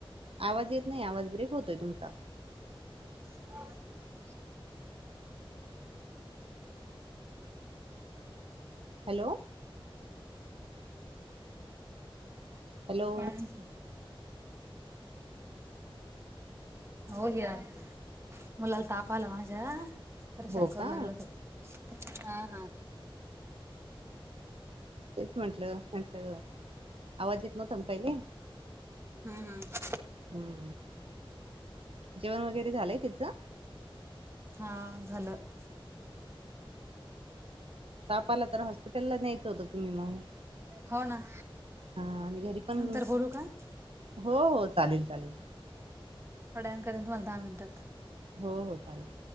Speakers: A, on the right (about 80°); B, on the right (about 30°).
A: आवाज येत नाही आवाज ब्रेक होतोय तुमचा.
B: <inaudible>
A: हॅलो. हॅलो.
B: हम्म हो घ्या, मुलाला ताप आला माझ्या. परेशान
A: हो
B: करू
A: का
B: लागला तो, हा हा.
A: तेच म्हंटलं म्हटलं आवाज येत नव्हता न पहिले.
B: हम्म.
A: हम्म, जेवण वगैरे झालंय तिचं?
B: हा झालं.
A: तपा आला तर हॉस्पिटलला न्यायचं होतं तुम्ही मग?
B: हो ना.
A: हा आणि घरी पण
B: नंतर बोलू का थोड्या
A: हो हो चालेल चालेल.
B: थोड्या वेळानं करीन तुम्हाला दहा मिनटात.
A: हो हो चालेल.